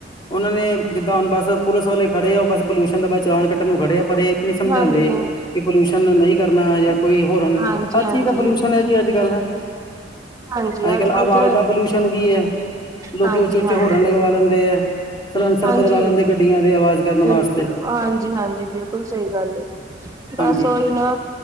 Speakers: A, on the left; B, on the right.
A: ਉਹਨਾਂ ਨੇ ਜਿੱਦਾਂ ਹੁਣ ਬਸ ਪੁਲਿਸ ਵਾਲੇ ਖੜੇ ਆ। ਉਹ ਬਸ ਪੋਲਿਊਸ਼ਨ ਦਾ ਬਸ ਚਲਾਨ ਕੱਟਣ ਨੂੰ ਖੜੇ ਆ। ਪਰ ਇਹ ਨਹੀਂ ਸਮਝਾਉਂਦੇ
B: ਹਾਂਜੀ,
A: ਕਿ ਪੋਲਿਊਸ਼ਨ ਨਹੀਂ ਕਰਨਾ ਜਾਂ। ਕੋਈ ਹੋਰਨ
B: ਹਾਂਜੀ,
A: ਹਰ
B: ਹਾਂਜੀ,
A: ਚੀਜ਼ ਦਾ ਪੋਲਿਊਸ਼ਨ ਹੈ ਜੀ ਅੱਜ ਕੱਲ੍ਹ।
B: ਹਾਂਜੀ
A: ਅੱਜ ਕੱਲ੍ਹ
B: ਕੱਲ
A: ਆਵਾਜ਼
B: ਤੇ
A: ਦਾ ਪੋਲਿਊਸ਼ਨ ਵੀ ਹੈ ਲੋਕੀ
B: ਹਾਂਜੀ,
A: ਉੱਚੇ ਉੱਚੇ
B: ਹਾਂਜੀ,
A: ਹੋਰਨ ਲਗਵਾ ਲੈਂਦੇ ਹੈ। ਸਲੈਂਸਰ
B: ਹਾਂਜੀ,
A: ਬਦਲਾ ਲੈਂਦੇ ਗੱਡੀਆਂ ਦੇ ਆਵਾਜ਼ ਕਰਨ
B: ਬਿਲਕੁਲ,
A: ਵਾਸਤੇ
B: ਹਾਂਜੀ ਹਾਂਜੀ, ਬਿਲਕੁਲ ਸਹੀ ਗੱਲ ਏ। ਬਸ
A: ਹਾਂਜੀ
B: ਓਹੀ ਨਾ,